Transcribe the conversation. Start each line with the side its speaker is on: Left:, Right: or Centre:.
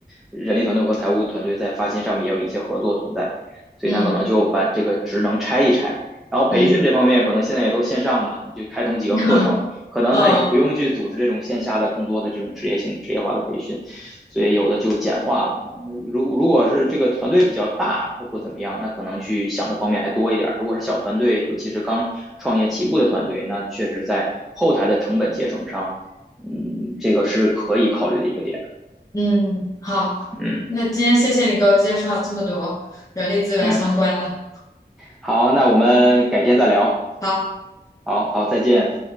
Centre: 人力团队和财务团队在发薪上面也有一些合作存在，所以他可能就把这个职能拆一拆。
Left: 嗯
Centre: 然后培训这方面可能现在也都线上吧，
Left: 嗯
Centre: 就开通几个课程，
Left: <laughs>
Centre: 可能他也不用去组织这种线下的更多的这种职业性职业化的培训，
Left: 嗯
Centre: 所以有的就简化了。如如果是这个团队比较大或怎么样，那可能去想的方面还多一点如果是小团队，尤其是刚创业起步的团队，那确实在后台的成本节省上，嗯，这个是可以考虑的一个点。
Left: 嗯，好，
Centre: 嗯，
Left: 那今天谢谢你给我介绍这么多人力资源相关的，
Centre: 没有。好，那我们改天再聊。
Left: 好。
Centre: 好好，再见。